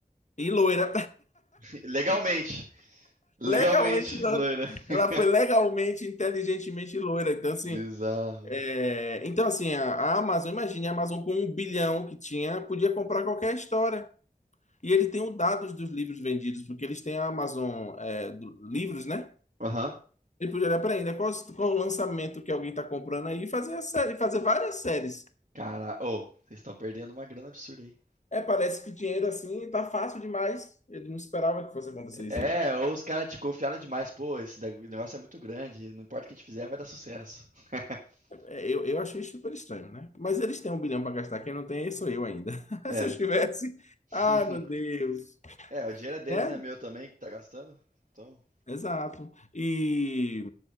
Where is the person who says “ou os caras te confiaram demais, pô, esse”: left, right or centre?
Right